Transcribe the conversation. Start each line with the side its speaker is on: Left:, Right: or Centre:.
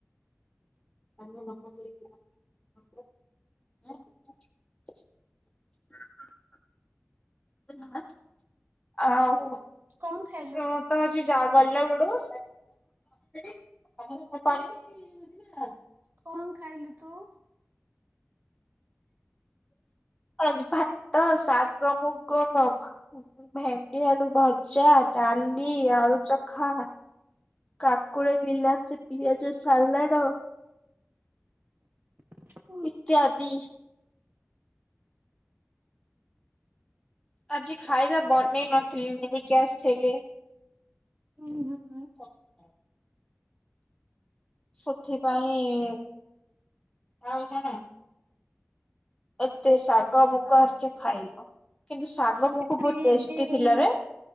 Left: <inaudible> <inaudible> ଆଉ
Right: କଣ ଖାଇଲୁ?
Left: ମୁଁ ତ ଆଜି ଯା ଗଲା ବେଳକୁ <inaudible> ହଁ।
Right: କଣ ଖାଇଲୁ ତୁ?
Left: ଆଜି ଭାତ ତ ସାଗ ମୁଗ <unintelligible> ଭେଣ୍ଡି ଆଳୁ ଭଜା ଡାଲି ଆଳୁ ଚଖା। କାକୁଡି ବିଲାତି ପିଆଜ ସାଲାଟ।
Right: <inaudible>
Left: ଇତ୍ୟାଦି। ଆଜି ଖାଇବା ବନେଇ ନଥିଲି ନେଇକି ଆସିଥିଲି।
Right: ହୁଁ ହୁଁ ହୁଁ।
Left: <inaudible> ସେଥିପାଇଁ <inaudible> ଏତେ ଶାଗ ମୁଗ ହେରିକା ଖାଇଲୁ କିନ୍ତୁ ଶାଗ
Right: ସେଥିରେ
Left: ମୁଗ ବହୁତ
Right: ଏବେ
Left: ଟେଷ୍ଟି ଥିଲା ରେ।